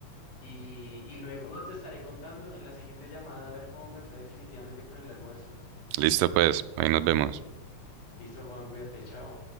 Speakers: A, on the left; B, on the right.
A: Y, y luego te estaré contando en la siguiente llamada a ver cómo me fue definitivamente con el almuerzo.
B: Listo, pues, ahí nos vemos.
A: Listo, Juan, cuídate, chao.